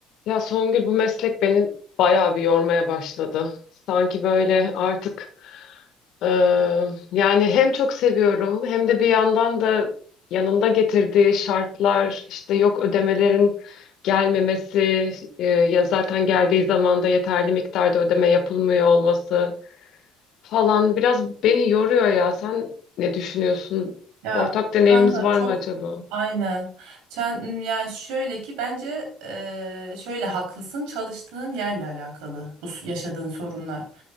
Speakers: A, on the left; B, on the right.
A: Ya Songül bu meslek beni bayağı bir yormaya başladı. Sanki böyle artık e, yani hem çok seviyorum hem de bir yandan da yanında getirdiği şartlar işte yok ödemelerin gelmemesi e, ya zaten geldiği zaman da yeterli miktarda ödeme yapılmıyor olması falan biraz beni yoruyor ya. Sen ne düşünüyorsun?
B: Ya
A: Ortak deneyimimiz
B: kanka
A: var
B: çok
A: mı acaba?
B: aynen. Sen, yani şöyle ki bence eee, şöyle haklısın çalıştığın yerle alakalı bu s- yaşadığın sorunlar.